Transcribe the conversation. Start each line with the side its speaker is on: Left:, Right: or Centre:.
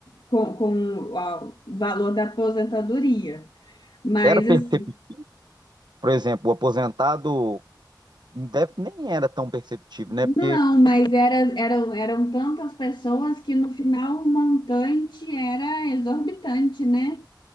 Left: com, com a- o valor da aposentadoria. Mas
Right: Era perceptível,
Left: assim,
Right: por exemplo, o aposentado deve, nem era tão perceptível, né?
Left: Não,
Right: Porque
Left: mas era, eram, eram tantas pessoas que no final o montante era exorbitante, né?